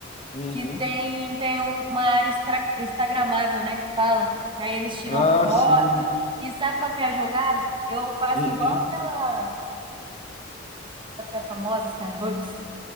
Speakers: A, on the left (about 35°); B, on the right (about 25°).
A: uhum.
B: que tem, tem um- uma área extra- instagramável, né, que fala, que aí eles tiram
A: Ah,
B: foto,
A: sim.
B: e sabe qual que é a jogada? Eu faço
A: Uhum.
B: igual aquela café famosa, Starbucks,